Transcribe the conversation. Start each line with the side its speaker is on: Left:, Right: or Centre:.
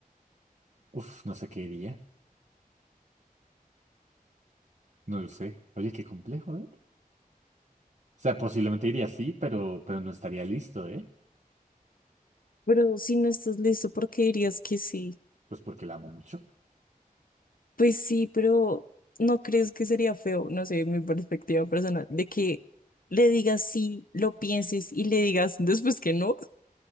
Right: uf, no sé qué diría. No lo sé. Oye, qué complejo, ¿eh? O sea, posiblemente diría sí, pero, pero no estaría listo, ¿eh?
Left: Pero si no estás listo, ¿por qué dirías que sí?
Right: Pues porque la amo mucho.
Left: Pues sí, pero ¿no crees que sería feo? No sé, mi perspectiva personal, de que le digas sí, lo pienses y le digas después que no.